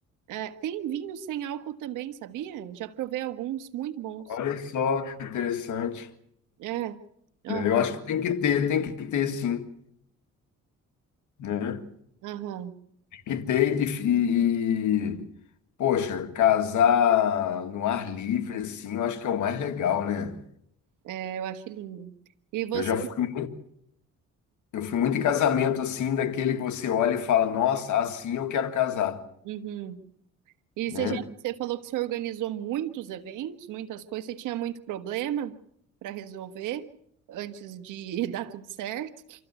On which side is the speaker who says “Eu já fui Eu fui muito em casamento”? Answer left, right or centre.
Left